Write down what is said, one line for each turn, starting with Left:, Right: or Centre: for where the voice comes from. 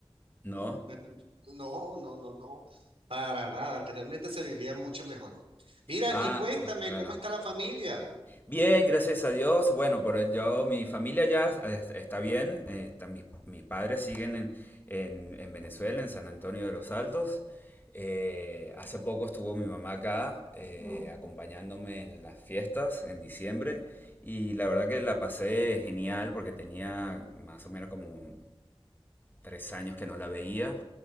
Left: ¿No?
Right: Me- <laughs> No, no, no, no, para nada. Anteriormente se vivía mucho mejor. Mira,
Left: Ah,
Right: y cuéntame,
Left: claro.
Right: ¿cómo está la familia?
Left: Bien, gracias a Dios. Bueno, pero yo, mi familia ya es- está bien. eh, está- mis, mis padres siguen en, en- en Venezuela, en San Antonio de los Altos. Eh, hace poco estuvo mi mamá acá eh, acompañándome en las fiestas en diciembre y la verdad que la pasé genial porque tenía más o menos como tres años que no la veía.